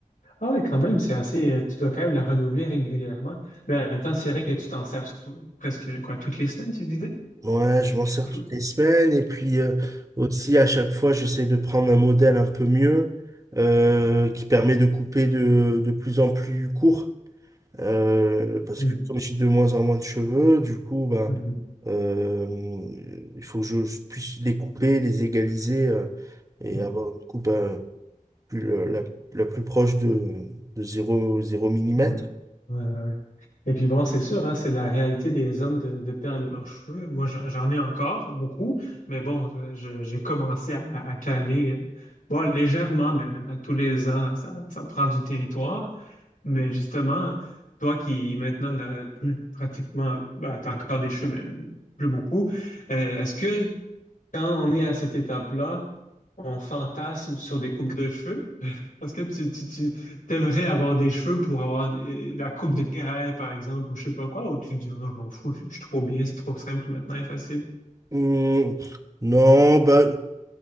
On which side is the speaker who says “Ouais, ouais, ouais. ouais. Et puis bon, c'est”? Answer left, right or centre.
Left